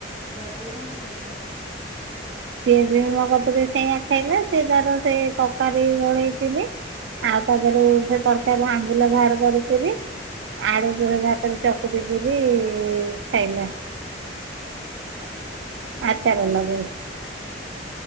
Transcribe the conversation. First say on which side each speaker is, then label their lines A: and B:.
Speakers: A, on the right (about 30°); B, on the right (about 70°).
A: ବାବୁ କଣ ଖାଇଲା?
B: ସିଏ ବି ମୋ କତିରେ ସେଆ ଖାଇଲା ସିଏ ତାର ସେ ତରକାରୀ ଗୋଳେଇକିରି ଆଉ ତା ଦେହରୁ ସେ ତରକାରୀରୁ ଆମ୍ବୁଲା ବାହାର କରିକିରି ଆଳୁ ସେ ଭାତରେ ଚକୁଟିକିରି ଖାଇଲା
A: ହୁଁ।
B: ଆଚାର ଲଗେଇକି।